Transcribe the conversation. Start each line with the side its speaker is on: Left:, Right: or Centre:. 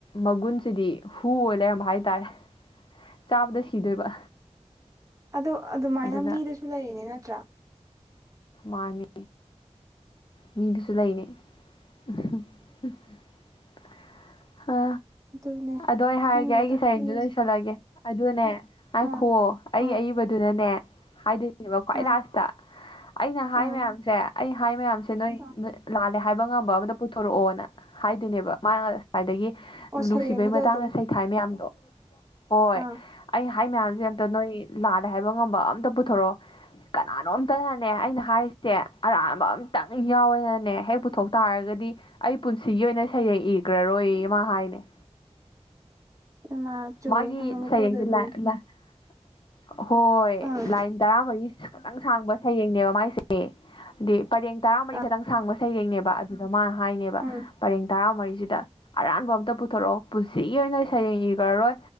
Left: ꯃꯒꯨꯟꯁꯤꯗꯤ ꯍꯨ ꯑꯣꯏ ꯂꯩꯔꯝꯕ ꯍꯥꯏꯇꯥꯔꯦ ꯆꯥꯕꯗ ꯁꯤꯗꯣꯏꯕ
Right: ꯑꯗꯨ ꯑꯗꯨꯃꯥꯏꯅ
Left: ꯑꯗꯨꯅ
Right: ꯃꯤꯗꯁꯨ ꯂꯩꯔꯤꯅꯤ ꯅꯠꯇ꯭ꯔ
Left: ꯃꯥꯅꯤ ꯃꯤꯗꯨꯁꯨ ꯂꯩꯅꯦ ꯎꯍꯨꯝ <unintelligible> ꯍ
Right: ꯑꯗꯨꯅꯦ
Left: ꯑꯗꯣ ꯑꯩ ꯍꯥꯏꯔꯒꯦ
Right: ꯈꯪꯗꯦꯗ
Left: ꯑꯩꯒꯤ ꯁꯩꯔꯦꯡꯗꯨ
Right: ꯃꯤꯁꯦ
Left: ꯂꯣꯏꯁꯤꯜꯂꯒꯦ ꯑꯗꯨꯅꯦ ꯉꯥꯏꯈꯨꯑꯣ
Right: ꯑꯥ
Left: ꯑꯩ
Right: ꯑꯥ
Left: ꯑꯏꯕꯗꯨꯅꯅꯦ ꯍꯥꯏꯗꯣꯏ <unintelligible> ꯈ꯭ꯋꯥꯏ
Right: ꯑꯥ
Left: ꯂꯥꯁꯇ ꯑꯩꯅ ꯍꯥꯏ
Right: ꯎꯝ
Left: ꯃꯌꯥꯝꯁꯦ ꯑꯩ ꯍꯥꯏ ꯃꯌꯥꯝꯁꯦ ꯅꯣꯏ
Right: ꯑꯥ
Left: ꯅꯣꯏ ꯂꯥꯜꯂꯦ ꯍꯥꯏ ꯍꯥꯏꯕ ꯉꯝꯕ ꯑꯃꯗ ꯄꯨꯊꯣꯔꯛꯑꯣꯅ ꯍꯥꯏꯗꯣꯏꯅꯦꯕ ꯃꯥꯅ ꯉꯁꯥꯏꯗꯒꯤ
Right: ꯑꯣ
Left: ꯅꯨꯡꯁꯤꯕꯩ
Right: ꯁꯩꯔꯦꯡꯗꯨꯗ
Left: ꯃꯇꯥꯡꯗ
Right: ꯑꯗꯨꯝ
Left: ꯁꯩꯊꯥꯏ ꯃꯌꯥꯝꯗꯣ ꯍꯣꯏ
Right: ꯑꯥ
Left: ꯑꯩ ꯍꯥꯏ ꯃꯌꯥꯝ ꯁꯦ ꯑꯝꯇ ꯅꯣꯏ ꯂꯥꯜꯂꯦ ꯍꯥꯏꯕ ꯉꯝꯕ ꯑꯝꯇ ꯄꯨꯊꯣꯔꫭꯑꯣ ꯀꯅꯥꯅꯣꯝꯇꯅꯅꯦ ꯑꯩꯅ ꯍꯥꯏꯔꯤꯁꯦ ꯑꯔꯥꯟꯕ ꯑꯝꯇꯪ ꯌꯥꯎꯋꯦꯅꯅꯦ ꯍꯦꯛ ꯄꯨꯊꯣꯛ ꯇꯥꯔꯒ ꯗꯤ ꯑꯩ ꯄꯨꯟꯁꯤꯒꯤ ꯑꯣꯏꯅ ꯁꯩꯔꯦꯡ ꯏꯒ꯭ꯔꯔꯣꯏꯌꯦ ꯃꯥ ꯍꯥꯏꯅꯦ
Right: ꯃꯥ ꯆꯨꯝꯃꯦ
Left: ꯃꯥꯒꯤ
Right: ꯈꯪꯉꯕ
Left: ꯁꯩꯔꯦꯡꯁꯦ
Right: ꯄꯣꯠ ꯑꯣꯏꯕꯩꯅꯦ
Left: <unintelligible> ꯍꯣꯏ
Right: ꯑꯥ
Left: ꯂꯥꯏꯟ ꯇꯔꯥ ꯃꯔꯤ ꯇꯪ ꯁꯥꯡꯕ ꯁꯩꯔꯦꯡꯅꯦꯕ ꯃꯥꯏꯁꯦ ꯍꯥꯏꯗꯤ ꯄꯔꯦꯡ ꯇꯔꯥꯃꯔꯤ
Right: ꯑꯥ
Left: ꯈꯇꯪ ꯁꯥꯡꯕ ꯁꯩꯔꯦꯡꯅꯦꯕ ꯑꯗꯨꯗ ꯃꯥ ꯍꯥꯏꯅꯦꯕ
Right: ꯎꯝ
Left: ꯄꯔꯦꯡ ꯇꯔꯥꯃꯔꯤ ꯗ ꯑꯔꯥꯟꯕ ꯑꯝꯇ ꯄꯨꯊꯣꯔꫭꯑꯣ ꯄꯨꯟꯁꯤꯒꯤ ꯑꯣꯏꯅ ꯁꯩꯔꯦꯡ ꯏꯒ꯭ꯔꯔꯣꯏ